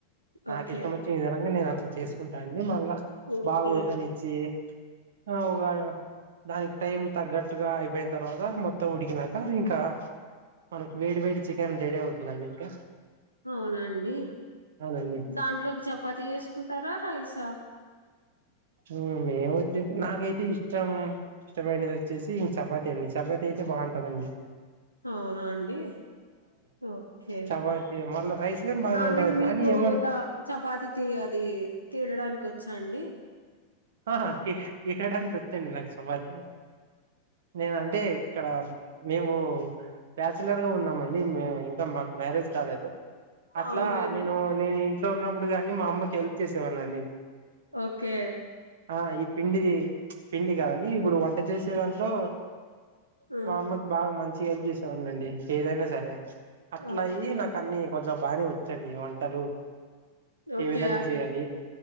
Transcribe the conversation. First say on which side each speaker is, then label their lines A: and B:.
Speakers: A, on the right; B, on the right.
A: నాకు
B: ఓకే
A: ఇష్టం వచ్చిన ఈ విధంగా నేను అట్లా చేసుకు మల్ల
B: ఓకే
A: బా ఉడక నిచ్చి <unintelligible> దానికి టైం తగ్గట్టుగా అయిపేయిన తర్వాత మొత్ మొత్తం ఉడికినాక ఇంకా మనకి వేడి వేడి చికెన్ రెడీ అవుతుందండి ఇంకా
B: అవునండి
A: అవునండి
B: దాంట్లో ఒక చపాతి చే సుకుంటారా రైసా
A: అవునండిఅవొచ్చేసి వచ్చేసి నాకైతే ఇష్టం ఇష్టమైనది వచ్చేసి ఇంక చపాతి అండి చపాతి అయితే బావుంటదండి
B: అవునా అండి ఓకే
A: చపాతి మళ్ళా రైస్ గాని బాగానే
B: ఆ
A: ఉంటది
B: మీన్ మీకు
A: కానీ ఏమోనా
B: ద చపాతి తీయ అది తీడడానికి వచ్చా అండి
A: హా ఆ తీసేడానికి వచ్చాను నాకు సుమాకి నేన అంటే ఇక్కడ మేము బ్యాచలర్ గా ఉన్నామండి మే ఇంకా మాకు మ్యారేజ్ కాలేదు అట్లా
B: అవునండి
A: నేను నేను ఇంట్లో ఉన్నప్పుడు గాని మా అమ్మకి హెల్ప్ చేసేవానన్నిఅండి
B: ఓకే
A: ఆ ఈ పిండిది పిండి గాదండి ఇప్పుడు వంట చేసే దాంట్లో
B: ఆ!
A: మా అమ్మకి బాగా మంచి గ హెల్ప్ చేసేవాన్ని అండి ఏదైనా సరే అట్లా
B: ఓకే
A: అయి నాకు అన్ని కొంచంబానే వచ్చండి వంటలు
B: ఓకే
A: ఏ విధంగా
B: అట్లు
A: చేయాలి